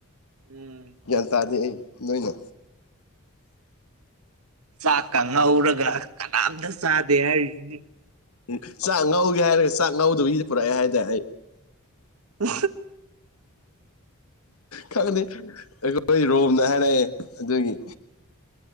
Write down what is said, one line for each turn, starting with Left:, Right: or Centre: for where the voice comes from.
Right: ꯎꯝ
Left: ꯒ꯭ꯌꯥꯟ ꯇꯥꯗꯦ ꯑꯩ ꯅꯣꯏꯅ
Right: ꯆꯥꯛꯀ ꯉꯧꯔꯒ ꯀꯅꯥꯝꯇ ꯆꯥꯗꯦ ꯍꯥꯏꯔꯤꯁꯤꯅꯤ
Left: ꯎꯝ ꯆꯥꯛ ꯉꯧꯒꯦ ꯍꯥꯏꯔꯒꯦ ꯆꯥꯛ ꯉꯧꯗꯕꯒꯤꯗꯤ ꯄꯨꯔꯛꯑꯦ ꯍꯥꯏꯇꯥꯔꯦ ꯑꯩ
Right: ꯎ
Left: ꯈꯪꯅꯤꯦ ꯑꯩꯈꯣꯏ ꯔꯣꯝꯅ ꯍꯥꯏꯔꯛꯑꯦ ꯑꯗꯨꯒꯤ